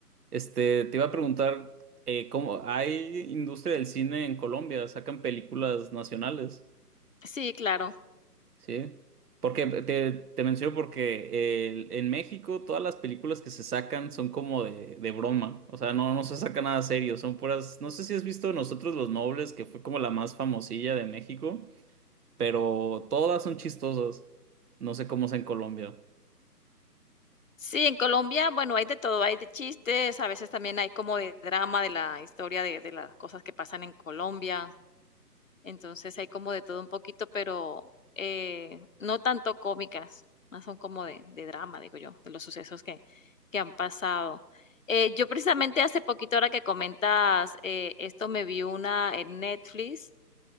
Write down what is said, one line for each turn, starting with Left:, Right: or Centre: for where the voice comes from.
Right: Este, te iba a preguntar, eh, ¿cómo hay industria del cine en Colombia? ¿Sacan películas nacionales?
Left: Sí, claro.
Right: Sí, porque te, te menciono porque el- en México todas las películas que se sacan son como de, de broma, o sea, no, no se saca nada serio, son puras, no sé si has visto Nosotros los Nobles, que fue como la más famosilla de México, pero todas son chistosas, no sé cómo es en Colombia.
Left: Sí, en Colombia, bueno, hay de todo, hay de chistes, a veces también hay como de drama de la historia de, de las cosas que pasan en Colombia. Entonces hay como de todo un poquito, pero, eh, no tanto cómicas, más son como de de drama, digo yo, de los sucesos que que han pasado. Eh, yo precisamente hace poquito, ahora que comentas, eh, esto me vi una en Netflix